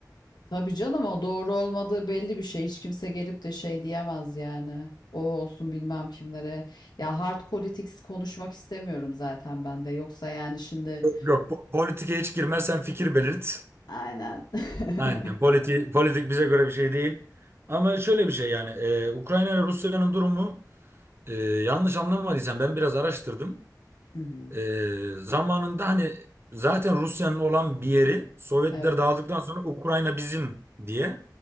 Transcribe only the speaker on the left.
E, tabii canım o doğru olmadığı belli bir şey. Hiç kimse gelip de şey diyemez yani. O olsun bilmem kimlere. Ya hard politics konuşmak istemiyorum zaten ben de. Yoksa yani şimdi
aynen. <laughs>
Hı hı.
Evet.